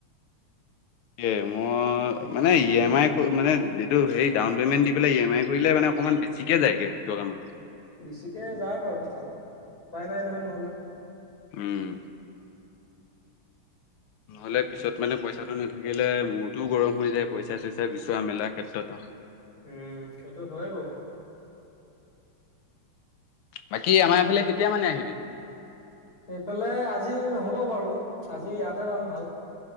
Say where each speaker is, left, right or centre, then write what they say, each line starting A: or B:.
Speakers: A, on the left (about 80°); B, on the left (about 45°).
A: এই মই মানে ই এম আই মানে এইটো হে ডাউন পেমেন্ট দি পেলাই ই এম আই কৰিলে মানে অকণমান বেছিকে যায়গে দুটকামান।
B: বেছিকে যায় বাৰু তাত উপায় নাই নহয় নহলে
A: উম নহলে পিছত মানে পইচাটো নাথাকিলে মূৰটোও গৰম হৈ যায় পইচা চইচা বিচৰা মেলা ক্ষেত্ৰতো
B: উম সেইটো হয় বাও
A: বাকী আমাৰ এইফালে কেতিয়া মানে আহিবি
B: এইফালে আজি নহব বাৰু আজি ইয়াতে বাম হাল